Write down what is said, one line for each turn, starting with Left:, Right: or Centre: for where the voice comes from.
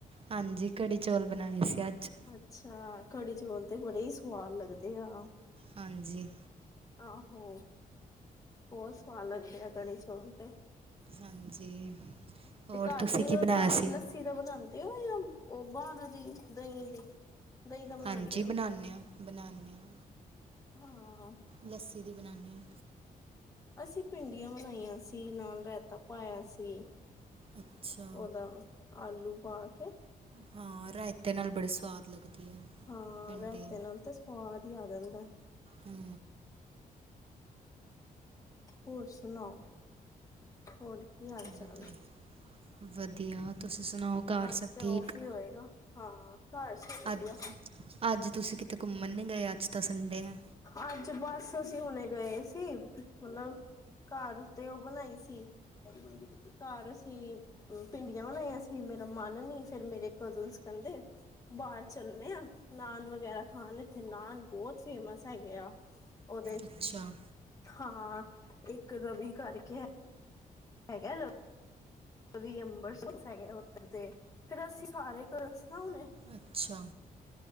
Right: ਹਾਂਜੀ, ਕੜੀ ਚੌਲ ਬਣਾਏ ਸੀ ਅੱਜ।
Left: ਅੱਛਾ, ਕੜੀ- ਚੌਲ ਤੇ ਬੜੇ ਹੀ ਸਵਾਦ ਲੱਗਦੇ ਆ।
Right: ਹਾਂਜੀ।
Left: ਆਹੋ ਬਹੁਤ ਸਵਾਦ ਲੱਗਦੇ ਆ ਕੜੀ- ਚੋਲ ਤੇ।
Right: ਹਾਂਜੀ,
Left: ਤੇ
Right: ਹੋਰ
Left: ਘਰ
Right: ਤੁਸੀਂ
Left: ਦੀ
Right: ਕੀ
Left: ਉਹਦਾ
Right: ਬਣਾਇਆ ਸੀ?
Left: ਲੱਸੀ ਦਾ <unintelligible> ਬਣਾਉਂਦੇ ਹੋ ਜਾਂ ਉਹ ਬਾਣ ਦੀ ਦਹੀਂ ਦੀ ਦਹੀਂ ਦਾ
Right: ਹਾਂਜੀ
Left: ਹੋ?
Right: ਬਣਾਉਂਦੇ ਹਾਂ, ਬਣਾਉਂਦੇ ਹਾਂ।
Left: ਹਾਂ
Right: ਲੱਸੀ ਦੀ ਬਣਾਦੇ ਹਾਂ।
Left: ਅਸੀਂ ਭਿੰਡੀਆਂ ਬਨਾਈਆਂ ਸੀ, ਨਾਲ ਰਾਇਤਾ। ਪਾਇਆ ਸੀ
Right: ਅੱਛਾ
Left: ਉਹਦਾ ਆਲੂ ਪਾ ਕੇ
Right: ਹਾਂ, ਰਾਇਤੇ ਨਾਲ ਬੜੀ ਸਵਾਦ ਲੱਗਦੀ ਹੈ।
Left: ਹਾਂ
Right: ਭਿੰਡੀ
Left: ਰੈਤੇ ਨਾਲ ਤੇ ਸਵਾਦ ਹੀ ਆ ਜਾਂਦਾ ਹੈ।
Right: ਹੂੰ।
Left: ਹੋਰ ਸੁਣਾਓ? ਹੋਰ ਕੀ ਹਾਲ ਚਾਲ?
Right: ਵਧੀਆ ਜੀ ਵਧੀਆ। ਤੁਸੀ ਸੁਣਾਓ ਘਰ
Left: ਅੱਜ
Right: ਸਭ
Left: ਤੇ
Right: ਠੀਕ।
Left: ਔਫ ਹੀ ਹੋਏਗਾ ਹਾਂ ਘਰ ਸਭ ਵਧੀਆ।
Right: ਅਛਾ। ਅੱਜ ਤੁਸੀ ਕਿਤੇ ਘੁੰਮਣ ਨੀ ਗਏ? ਅੱਜ ਤਾਂ ਸੰਡੇ ਐ।
Left: ਅੱਜ ਬਸ ਅਸੀਂ ਹੁਣੇ ਗਏ ਸੀ ਮਤਲਬ <unintelligible> ਘਰ ਉਤੇ ਉਹ ਬਣਾਈ ਸੀ। ਘਰ ਅਸੀਂ ਭਿੰਡੀਆਂ ਬਣਾਈਆਂ ਸੀ ਮੇਰਾ ਮਨ ਨੀ ਫੇਰ ਮੇਰੇ ਕਜ਼ਨਸ ਕਹਿੰਦੇ ਬਾਹਰ ਚਲਨੇ ਆ ਨਾਨ ਵਗੈਰਾ ਖਾਣ ਇੱਥੇ ਨਾਨ ਬਹੁਤ ਫੇਮਸ ਹੈਗੇ ਆ ਔਦੇ।
Right: ਅੱਛਾ
Left: ਹਾਂ, ਇੱਕ ਰਵੀ ਕਰਕੇ ਹੈ। ਹੈਗਾ। ਕਵੀ ਅੰਬਰ ਸਿੰਘ ਹੈਗੇ ਉੱਧਰ ਤੇ ਫੇਰ ਅਸੀਂ ਸਾਰੇ ਕੁ ਸੁਣਾਣੇ <unintelligible>
Right: ਅੱਛਾ।